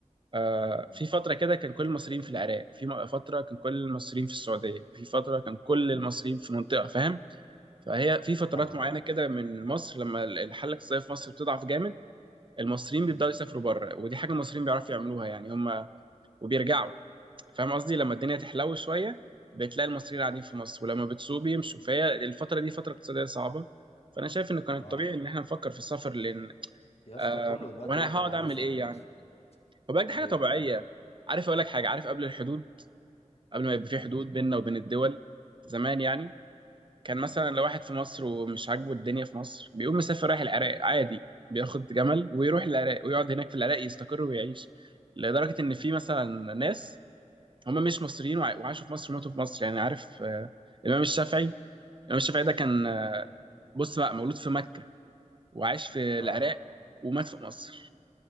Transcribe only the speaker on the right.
آه،
في فترة كده كان كل المصريين في العراق وفي م- فترة كان كل المصريين في السعودية في فترة كان كل المصريين في منطقة فاهم فهي في فترات
معينة
كده من مصر لما ال- الحالة الاقتصادية في مصر بتضعف جامد المصريين
بيبدأوا يسافروا بره ودي حاجة المصريين بيعرفوا يعملوها يعني هم وبيرجعوا فاهم قصدي لما الدنيا تحلو شوية بتلاقي المصريين قاعدين في مصر ولما بتسوق بيمشوا فهي الفترة دي فترة اقتصادية صعبة فأنا شايف إنه كان
الطبيعي إن إحنا نفكر في السفر لأن
آه
وأنا
هقعد
أعمل
إيه يعني
وبقى دي حاجه
طبيعيه
عارف اقول لك حاجه عارف قبل الحدود قبل ما يبقى في
حدود بيننا وبين الدول زمان يعني كان
مثلا لو واحد في مصر ومش عاجبه الدنيا في مصر بيقوم مسافر رايح العراق عادي بياخد جمل ويروح العراق ويقعد هناك في العراق يستقر ويعيش لدرجه ان في مثلا ناس هم مش مصريين وع- وعاشوا في مصر وماتوا في مصر يعني عارف آه، الامام الشافعي الامام الشافعي ده كان
آه، بص بقى مولود في مكه وعاش في
العراق ومات في مصر